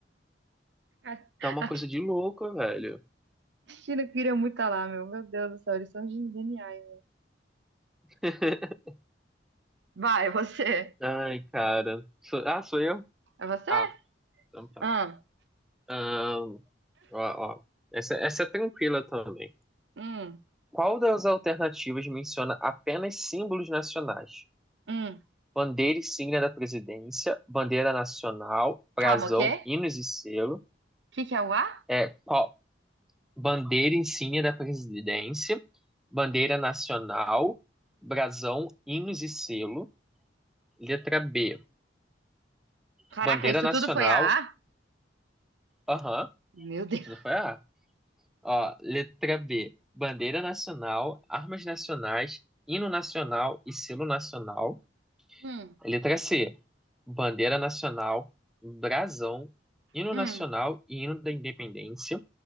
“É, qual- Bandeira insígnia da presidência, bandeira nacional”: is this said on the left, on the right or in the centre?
Centre